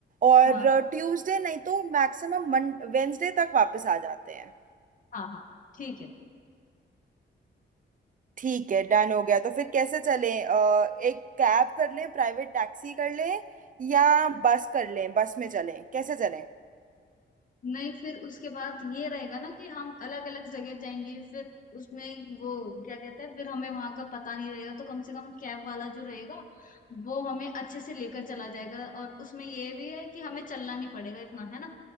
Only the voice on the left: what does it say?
हाँ
हाँ हाँ ठीक है
नहीं फिर उसके बाद ये रहेगा ना कि हम अलग अलग जगह जाएंगे फिर उसमें वो क्या कहते हैं फिर हमें वहां का पता नहीं रहेगा तो कम से कम कैब वाला जो रहेगा वो हमें अच्छे से लेकर चला जाएगा और उसमें ये भी है कि हमें चलना नहीं पड़ेगा इतना है ना